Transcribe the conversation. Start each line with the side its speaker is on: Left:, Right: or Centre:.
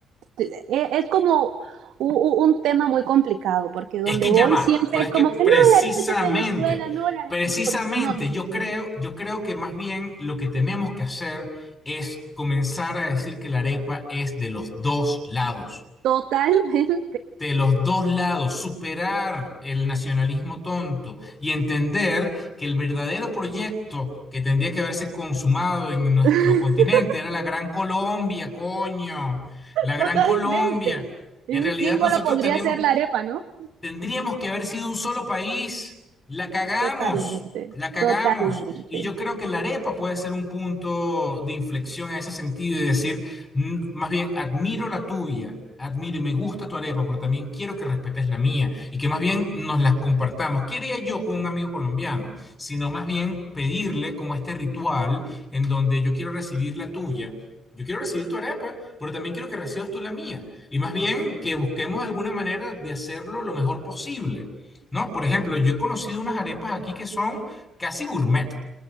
Right: eh, eh, es como u- u- un, tema muy complicado, porque donde
Left: Es que
Right: voy
Left: ya va,
Right: siempre
Left: pero
Right: es
Left: es
Right: como
Left: que precisamente,
Right: que no, la arepa es de Venezuela, no, la arepa
Left: precisamente
Right: es de Colombia. No, no,
Left: yo creo,
Right: no, no. no.
Left: yo creo que más bien lo que tenemos que hacer es comenzar a decir que la arepa es de los dos lados,
Right: totalmente,
Left: de los dos lados, superar el nacionalismo tonto y entender que el verdadero proyecto que tendría que haberse consumado en nuestro
Right: <laughs>
Left: continente era la Gran Colombia, coño, la Gran
Right: totalmente.
Left: Colombia.
Right: Y
Left: En
Right: un
Left: realidad
Right: símbolo
Left: nosotros
Right: podría
Left: tenemos
Right: ser la arepa, ¿no?
Left: Tendríamos que haber sido un solo país. La cagamos,
Right: Totalmente,
Left: la cagamos.
Right: totalmente.
Left: Y yo creo que la arepa puede ser un punto de inflexión en ese sentido y decir, n- más bien, admiro la tuya, admiro y me gusta tu arepa, pero también quiero que respetes la mía y que más bien nos las compartamos. ¿Qué haría yo con un amigo colombiano? Sino más bien pedirle como este ritual en donde yo quiero recibir la tuya. Yo quiero recibir tu arepa, pero también quiero que recibas tú la mía. Y más bien que busquemos alguna manera de hacerlo lo mejor posible, ¿no? Por ejemplo, yo he conocido unas arepas aquí que son casi gourmet.